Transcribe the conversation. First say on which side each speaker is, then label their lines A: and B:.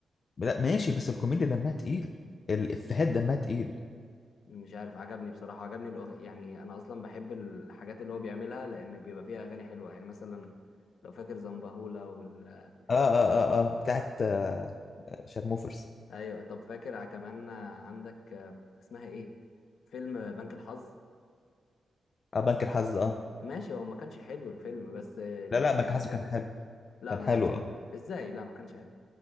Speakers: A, on the left; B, on the left.
A: لا ماشي بس الكوميديا دمها تقيل الافيهات دمها تقيل
B: مش عارف عجبني بصراحه عجبني الأغ... يعني انا اصلا بحب الحاجات اللي هو بيعملها لان بيبقى فيها اغاني حلوه يعني مثلا لو فاكر زنبهولة وال
A: اه اه اه اه بتاعت آه، آه، شارموفرز
B: ايوه طب فاكر كمان عندك آه، اسمها ايه فيلم بنك الحظ
A: اه بنك الحظ اه
B: ماشي هو ما كانش حلو الفيلم بس آه، الاغنيه
A: لا لا بنك
B: كانت
A: الحظ
B: حلوه
A: كان حلو
B: لا
A: كان
B: ما
A: حلو
B: كانش
A: اه
B: حلو ازاي لا ما كانش حلو